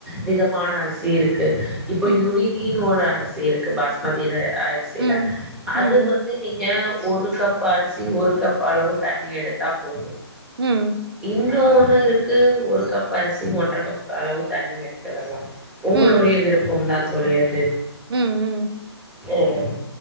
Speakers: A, in the centre; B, on the right (about 60°).
A: விதமான அரிசி இருக்கு இப்ப
B: ம்,
A: யுனி டீனு ஒரு அரிசி இருக்கு பாஸ்மதிர அரிசில
B: ம், ம்,
A: அது
B: ம்,
A: வந்து நீங்க ஒரு கப் அரிசி ஒரு கப் அளவு தண்ணி எடுத்தா போது
B: ம்
A: இன்னு ஒன்னு இருக்கு ஒரு கப் அரிசி ஒன்ற கப் அளவு தண்ணி எடுத்துக்கர்லா உங்களுடைய
B: ம்,
A: விருப்பம்தா தோழி அது
B: ம்
A: இல்ல